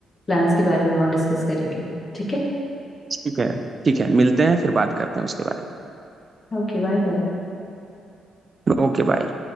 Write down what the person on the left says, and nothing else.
प्लान्स के बारे में और डिस्कस करेंगे ठीक है
Okay bye bye